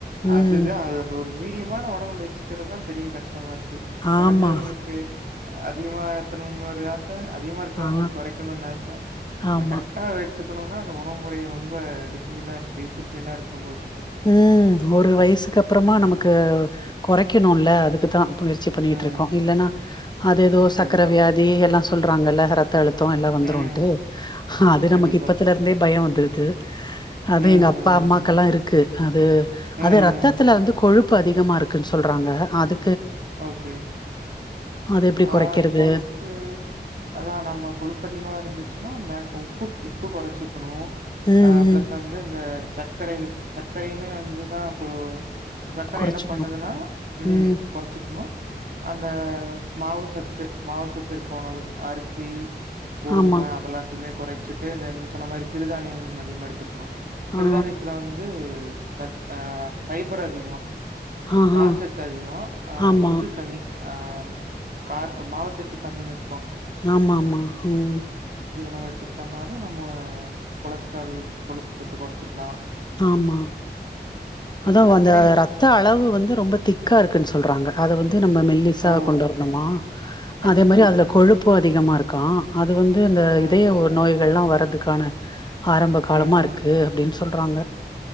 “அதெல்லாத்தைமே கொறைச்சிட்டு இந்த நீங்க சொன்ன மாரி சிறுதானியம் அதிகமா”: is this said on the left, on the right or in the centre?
Right